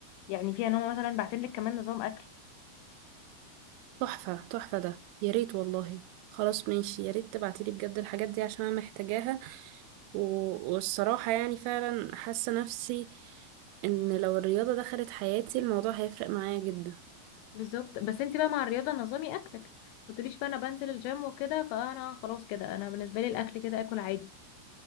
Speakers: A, on the left; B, on the right.
A: يعني فيها ان هو مثلا بعتين لك كمان نظام اكل
B: تحفة تحفة ده يا ريت والله خلاص ماشي يا ريت تبعتي لي بجد الحاجات دي عشان انا محتاجاها و... والصراحة يعني فعلا حاسة نفسي ان لو الرياضة دخلت حياتي الموضوع هيفرق معايا جدا
A: بالظبط بس انت بقى مع الرياضه نظامي اكلك ما تقوليش بقى انا بنزل الجيم وكده فانا خلاص كده انا بالنسبه لي الاكل كده اكل عادي